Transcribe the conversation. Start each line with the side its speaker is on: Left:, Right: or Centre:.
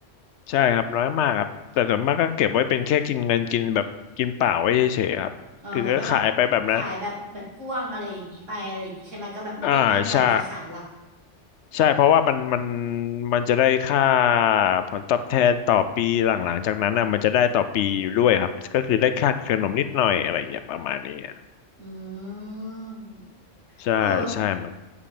Left: ใช่ครับน้อยมากครับแต่ส่วนมากก็เก็บไว้เป็นแค่กินเงินกินแบบกินเปล่าไว้เฉยๆครับคือก็ขายไปแบบนั้น
Right: เออเหมือนก็แบบขายแบบแบบพ่วงอะไรอย่างงี้ไปอะไรอย่างงี้ใช่ไหมก็แบบไม่ได้ตั้งใจจะขายหลัก
Left: อ่าใช่ ใช่เพราะว่ามันมันมันจะได้ค่าผลตอบแทนต่อปีหลังๆจากนั้นอะมันจะได้ต่อปีอยู่ด้วยครับก็คือได้ค่าขนมนิดหน่อยอะไรอย่างเงี้ยประมาณนี้อะ
Right: อืม
Left: ใช่ใช่มัน
Right: เออ